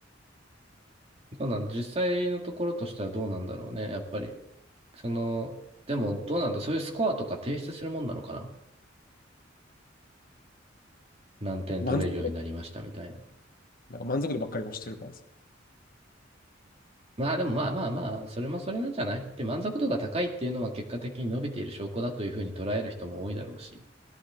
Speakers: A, on the right; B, on the left.
A: どうなん、実際のところとしてはどうなんだろうね、やっぱり。その、でもどうなんだ、そういうスコアとか提出するもんなのかな。何点取れるようになりましたみたいな。
B: 満足度、なんか満足度ばっかり押してるからさ。
A: まあでもまあまあまあ、それもそれなんじゃないで、満足度が高いっていうのは結果的に伸びている証拠だというふうに捉える人も多いだろうし、